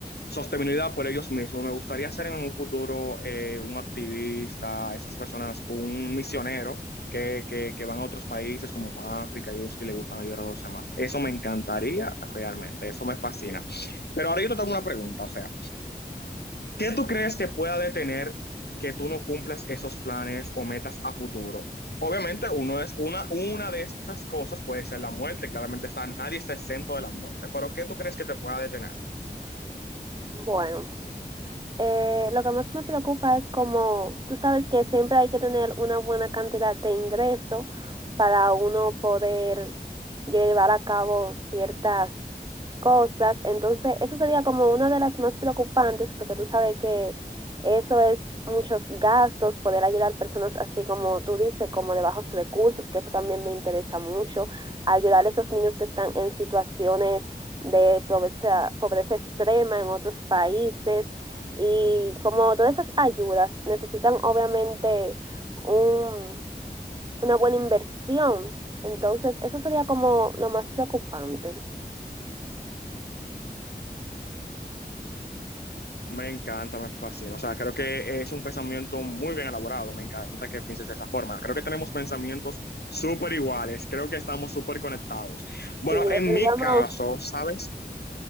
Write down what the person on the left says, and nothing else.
sostenibilidad por ellos mismos, me gustaría ser en un futuro eh, un activista, esas personas, un misionero que, que, que van a otros países como África y eso y le gustan ayudar a los demás. Eso me encantaría realmente, eso me fascina. Pero ahora yo te tengo una pregunta, o sea. ¿Qué tú crees que pueda detener que tú no cumplas esos planes o metas a futuro? Obviamente, uno es una, una de esas cosas puede ser la muerte. Claramente está, nadie está exento de la muerte. Pero ¿qué tú crees que te pueda detener?
Me encanta, me fascina. O sea, creo que es un pensamiento muy bien elaborado. Me encanta que pienses de esa forma. Creo que tenemos pensamientos súper iguales. Creo que estamos súper conectados. Bueno,
en
mi caso,
¿sabes?